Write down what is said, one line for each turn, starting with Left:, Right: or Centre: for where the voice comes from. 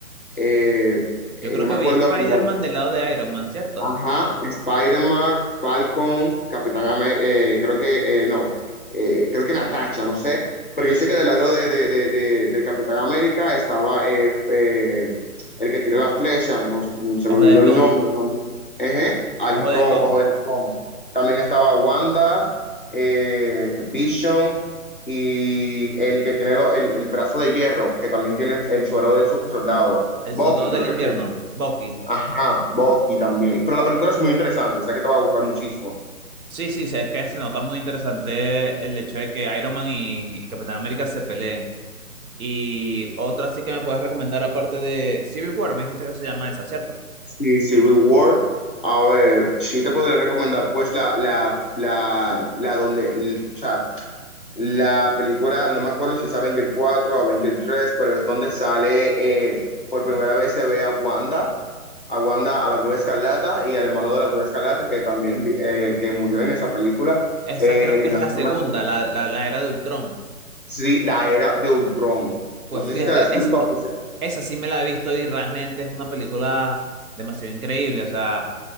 Left: eh, eh,
Right: Yo creo
Left: no
Right: que
Left: me acuerdo,
Right: vi a Spider-Man
Left: el more-
Right: del lado de Iron Man, ¿cierto?
Left: Ajá, Spider-Man, Falcon, Capitán América, creo que, eh, no, eh, creo que Natasha, no sé, pero yo sé que del lado de, de- de- de- del Capitán América estaba eh, eh, el que tira las flechas, no, mm, se
Right: Ojo
Left: me olvidó
Right: de Halcón,
Left: el nombre también, Eje, Halcón,
Right: Ojo de Halcón,
Left: Ojo de Halcón, también estaba Wanda, eh, Vision y el que tiene lo- el, el brazo de hierro, que también tiene el, el suero del super soldado,
Right: El
Left: Bucky,
Right: Soldado
Left: creo
Right: del
Left: que
Right: Invierno,
Left: sí.
Right: Bucky.
Left: Ajá, Bucky también. Pero la película es muy interesante, sé que te va a gustar muchísimo.
Right: Sí, sí, sí, es que se nota muy interesante el hecho de que Iron Man y, y Capitán América se peleen. Y otra sí que me puedes recomendar aparte de Civil War, me dijiste que se llama esa, ¿cierto?
Left: Sí, Civil War. A ver, sí te podría recomendar pues la, la, la, la donde, l- o sea, la película, no me acuerdo si es Avenger 4 o Avenger 3, pero es donde sale, eh, por primera vez se ve a Wanda, a Wanda, a la Bruja Escarlata y al hermano de la Bruja Escarlata que también eh, que murió en esa película.
Right: Esa
Left: Eh,
Right: creo que es
Left: no
Right: la
Left: sé,
Right: segunda,
Left: no me acuerdo.
Right: la, la, la era de Ultrón.
Left: sí, la era de Ultron.
Right: Pues
Left: No sé
Right: fíjate,
Left: si te la has visto.
Right: es,
Left: oficial.
Right: esa sí me la he visto y realmente es una película demasiado increíble. O sea,